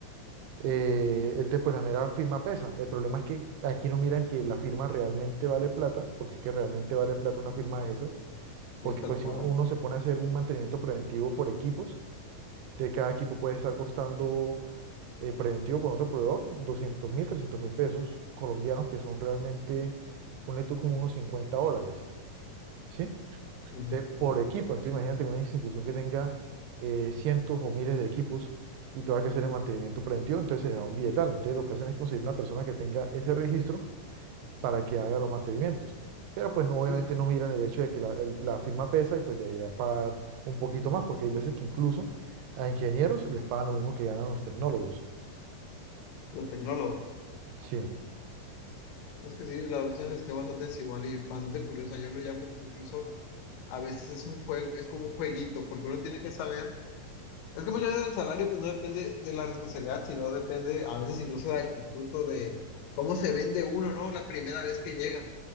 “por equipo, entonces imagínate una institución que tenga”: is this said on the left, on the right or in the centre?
Right